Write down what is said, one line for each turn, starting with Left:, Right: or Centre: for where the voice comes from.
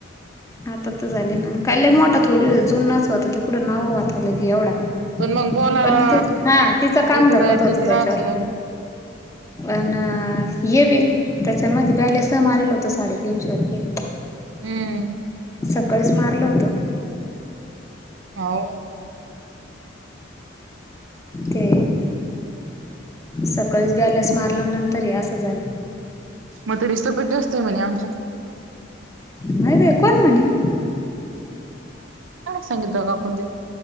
Left: आता तर झाले ना, कायल मोठा थोडी जुनाच होता तेिकडं नाव वात आलं के एवढा. <unintelligible>
Right: पण मग बोलायला
Left: परण हा तिचं काम
Right: इकलं
Left: धकत होत
Right: टिकलं
Left: त्याच्यावर.
Right: असन
Left: अनार <unintelligible> हे. त्याच्या मधी बॅलेन्स मारल होत साडेतीनशे रुपये.
Right: हम्म.
Left: सकाळीच मारल होत.
Right: हाव.
Left: ते सकाळीच बॅलेन्स. मारल्या नंतर ये असं झालं.
Right: मग त रिस्त पट जास्त आहे म्हणे आमच्या. <unintelligible>
Left: नाहीय रे कोण म्हणी?
Right: संगीता काकुंते